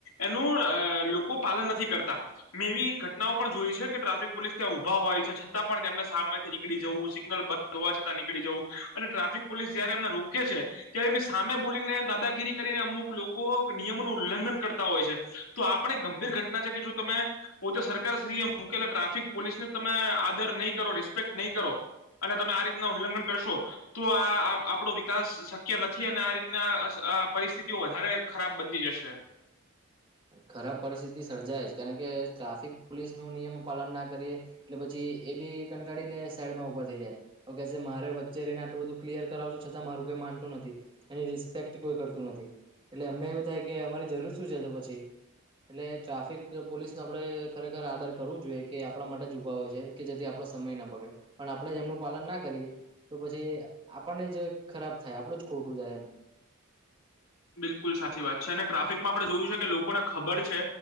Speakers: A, on the left (about 75°); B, on the right (about 25°).
A: એનું અ લોકો પાલન નથી કરતા મેં એવી ઘટનાઓ પણ જોય છે કે ટ્રાફિક પોલીસ ત્યાં ઊભા હોય છે છતાં પણ તેમને શામાંથી નીકળી જવું સિગ્નલ બંધ હોવા છતાં નીકળી જવું અને ટ્રાફિક પોલીસ. જયારે રોકે છે ત્યારે એમની સામે બોલીને દાદાગીરી કરીને અમુક લોકો નિયમોનું ઉલ્લંઘન કરતા હોય છે તો આપ પણ એક ગંભીર ઘટના છે કે જો તમે પોતે સરકારશ્રીએ મૂકેલા ટ્રાફિક પોલીસને તમે આદર નહી કરો રિસ્પેક્ટ નહી કરો અને તમે આ રીતના ઉલ્લંઘન કરશો તો આ. આપણો વિકાસ શક્ય નથી અને આ રીતના અ પરિસ્થિતિઓ વધારે ખરાબ બનતી જશે.
B: ખરાબ પરિસ્થિતિ સર્જાય જ કારણ કે ટ્રાફિક પોલીસ ન નિયમ પાલન ના કરીએ એટલે પછી એ બી કંટાળીને સાઈડમાં ઊભા થઈ જાય હવે કેહે મારે વચ્ચે રહીને આટલું બધું ક્લિયર કરાવશો છતાં મારું કોઈ માનતું નથી એની રિસ્પેક્ટ કોઈ કરતું નથી એટલે એમને એવું થાય કે અમારી જરૂર શું છે તો પછી. એટલે ટ્રાફિક પોલીસને આપડે. ખરેખર આદર કરવું જોઈએ કે. કે આપણા માટે જ ઊભા હોય છે કે જેથી આપણો સમય ના પગડે પણ આપણે એમનું પાલન ના કરીએ તો પછી આપણને જ ખરાબ થાય આપણું જ ખોટું જાય એમ.
A: બિલકુલ સાચી વાત છે અને ટ્રાફિકમાં આપડણે જોયું છે કે લોકોને ખબર છે